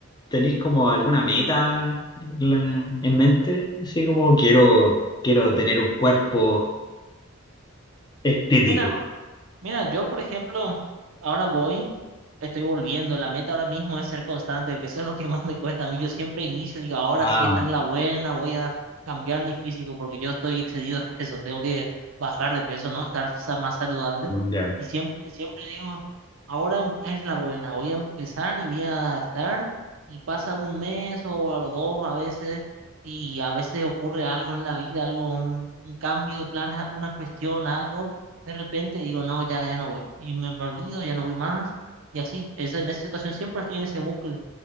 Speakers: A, on the left; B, on the right.
A: tenéis como alguna meta en, la- en mente? Así como quiero, quiero tener un cuerpo estético.
B: Mira, Mira, yo por ejemplo, ahora voy, estoy volviendo, la meta ahora mismo es ser constante, porque eso es lo que más me cuesta a mí. Yo siempre inicio, digo, ahora
A: Ah,
B: sí, esta es la buena, voy a cambiar mi físico porque yo estoy excedido de peso, <laughs> tengo que bajar de peso, ¿no? Estar sa- más saludable.
A: ya.
B: Y siempre, siempre digo, ahora es la buena, voy a empezar y voy a estar, y pasa un mes o a los dos a veces, y a veces ocurre algo en la vida, algo, un, un cambio de planes, alguna cuestión, algo de repente digo, no, ya, ya no voy. Y me me olvido, ya no voy más. Y así, es, en esa situación siempre estoy en ese bucle